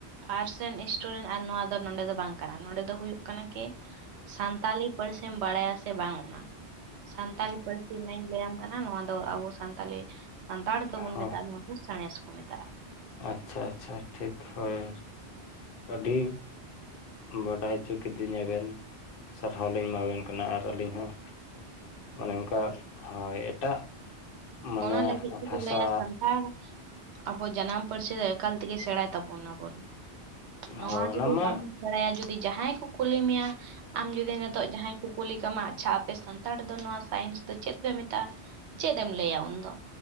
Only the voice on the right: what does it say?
ᱟᱨᱴᱥ ᱨᱮᱱ ᱥᱴᱩᱰᱮᱱᱴ ᱟᱨ ᱱᱚᱣᱟ ᱫᱚ ᱱᱚᱰᱮ ᱫᱚ ᱵᱟᱝ ᱠᱟᱱᱟ ᱱᱚᱰᱮ ᱫᱚ ᱦᱩᱭᱩᱜ ᱠᱟᱱᱟ ᱠᱮ ᱥᱟᱱᱛᱟᱞᱤ ᱯᱟᱨᱥᱤᱢ ᱵᱟᱲᱟᱭᱟ ᱥᱮ ᱵᱟᱝ ᱚᱱᱟ ᱥᱟᱱᱛᱟᱞᱤ ᱯᱟᱨᱥᱤ ᱤᱧᱱᱟᱜ ᱞᱟᱹᱭᱟᱢ ᱠᱟᱱᱟ ᱱᱚᱣᱟ ᱫᱚ ᱟᱵᱚ ᱥᱟᱱᱛᱟᱞᱤ ᱥᱟᱱᱛᱟᱲ ᱫᱚᱵᱚᱱ
ᱢᱮᱛᱟᱜᱼᱟ ᱱᱚᱣᱟ ᱫᱚ ᱥᱟᱬᱮᱥ ᱠᱚ ᱢᱮᱛᱟᱜᱼᱟ᱾
ᱚᱱᱟ ᱞᱟᱜᱤᱫ ᱛᱮᱠᱚ
ᱞᱟᱹᱭᱟ ᱥᱟᱱᱛᱟᱲ ᱟᱵᱚ ᱡᱟᱱᱟᱢ ᱯᱟᱹᱨᱥᱤ ᱫᱚ ᱮᱠᱟᱞ ᱛᱮ ᱜᱮ ᱥᱮᱬᱟᱭ ᱛᱟᱵᱚᱱᱟᱵᱚᱱ ᱱᱚᱣᱟ
ᱡᱩᱫᱤ
ᱵᱟᱢ ᱥᱮᱬᱟᱭᱟ ᱡᱩᱫᱤ ᱡᱟᱦᱟᱸᱭ ᱠᱚ ᱠᱩᱞᱤ ᱢᱮᱭᱟ ᱟᱢ ᱡᱩᱫᱤ ᱱᱤᱛᱚᱜ ᱡᱟᱦᱟᱸᱭ ᱠᱚ ᱠᱩᱞᱤ ᱠᱟᱢᱟ ᱟᱪᱷᱟ ᱟᱯᱮ ᱥᱟᱱᱛᱟᱲ ᱫᱚ ᱱᱚᱣᱟ ᱥᱟᱭᱮᱱᱥ ᱫᱚ ᱪᱮᱫ ᱯᱮ ᱢᱮᱛᱟᱜᱼᱟ? ᱪᱮᱫ ᱮᱢ ᱞᱟᱹᱭᱟ ᱩᱱᱫᱚ?